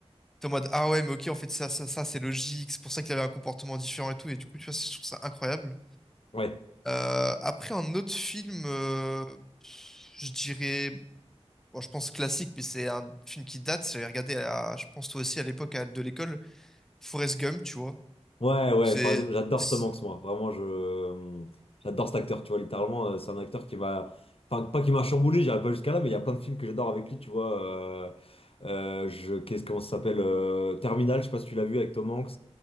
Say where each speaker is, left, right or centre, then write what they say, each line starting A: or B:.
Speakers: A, in the centre; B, on the left.
A: t'es en mode, ah ouais, mais ok, en fait, ça, ça, ça, c'est logique, c'est pour ça qu'il avait un comportement différent et tout. Et du coup, tu vois, je trouve ça incroyable.
B: Ouais.
A: Euh, après, un autre film, euh, je dirais, bon, je pense classique, mais c'est un film qui date. J'avais regardé, à, je pense toi aussi, à l'époque à- de l'école, Forrest Gump, tu vois.
B: Ouais, ouais.
A: C'est,
B: par exemple, j'adore
A: c'est-
B: Tom Hanks, moi. Vraiment, je... euh, j'adore cet acteur, tu vois. Littéralement, euh, c'est un acteur qui m'a. Enfin, pas qui m'a chamboulé, j'irai pas jusqu'à là, mais il y a plein de films que j'adore avec lui, tu vois. euh, euh, je... Qu'est-ce, comment ça s'appelle euh, Terminal, je sais pas si tu l'as vu avec Tom Hanks.